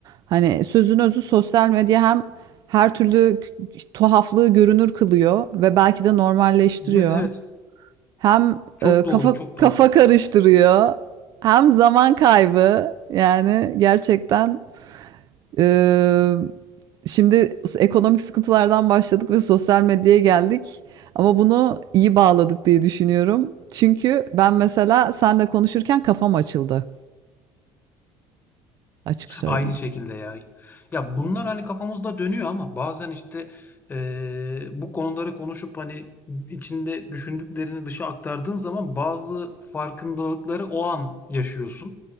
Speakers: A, on the right; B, on the left.
A: hani sözün özü sosyal medya hem her türlü k- tuhaflığı görünür kılıyor ve belki de normalleştiriyor.
B: Evet, evet.
A: Hem
B: çok
A: e,
B: doğru,
A: kafa
B: çok
A: kafa
B: doğru.
A: karıştırıyor, hem zaman kaybı. Yani gerçekten Eee, şimdi ekonomik sıkıntılardan başladık ve sosyal medyaya geldik. Ama bunu iyi bağladık diye düşünüyorum. Çünkü ben mesela seninle konuşurken kafam açıldı. Açık söyleyeyim.
B: Aynı şekilde ya. Ya bunlar hani kafamızda dönüyor ama bazen işte eee, bu konuları konuşup hani içinde düşündüklerini dışa aktardığın zaman bazı farkındalıkları o an yaşıyorsun.